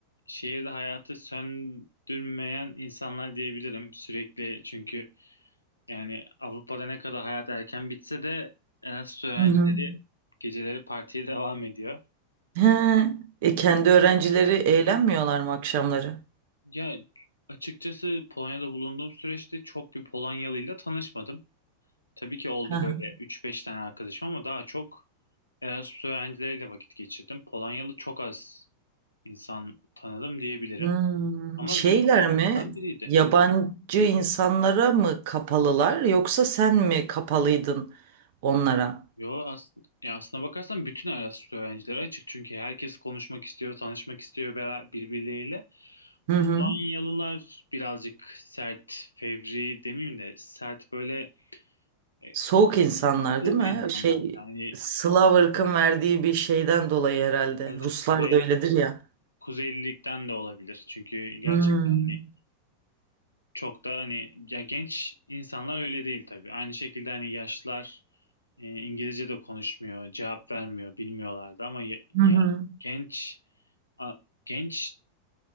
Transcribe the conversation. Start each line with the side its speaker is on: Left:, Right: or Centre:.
Left: şehirde hayatı söndürmeyen insanlar diyebilirim sürekli çünkü yani Avrupa'da ne kadar hayat erken bitse de Erasmus öğrencileri
Right: Hı hı.
Left: geceleri partiye <laughs> devam ediyor.
Right: He, e kendi öğrencileri eğlenmiyorlar mı akşamları?
Left: Ya açıkçası Polonya'da bulunduğum süreçte çok bir Polonyalıyla tanışmadım. Tabii ki oldu
Right: Hı hı.
Left: böyle üç beş tane arkadaşım ama daha çok Erasmus öğrencileriyle vakit geçirdim. Polonyalı çok az insan tanıdım diyebilirim.
Right: Hmm,
Left: Ama
Right: şeyler
Left: Zoş'ta onlardan
Right: mi?
Left: biriydi.
Right: Yabancı insanlara mı kapalılar yoksa sen mi kapalıydın onlara?
Left: Yo, as ya aslına bakarsan bütün Erasmus öğrencileri açık. Çünkü herkes konuşmak istiyor, tanışmak istiyor bera- birbirleriyle.
Right: Hı hı.
Left: Polonyalılar birazcık sert, fevri demeyeyim de sert böyle e,
Right: Soğuk insanlar
Left: soğuk
Right: değil mi?
Left: insanlar.
Right: Şey
Left: Yani
Right: Slav ırkın verdiği bir şeyden dolayı herhalde.
Left: biraz
Right: Ruslar
Left: da kuzey,
Right: da öyledir ya.
Left: kuzeylilikten de olabilir. Çünkü gerçekten
Right: Hmm.
Left: hani Çok da hani ya genç insanlar öyle değil tabii. Aynı şekilde hani yaşlılar e, İngilizce de konuşmuyor, cevap vermiyor, bilmiyorlardı ama ya, ya
Right: Hı hı.
Left: genç a- gençler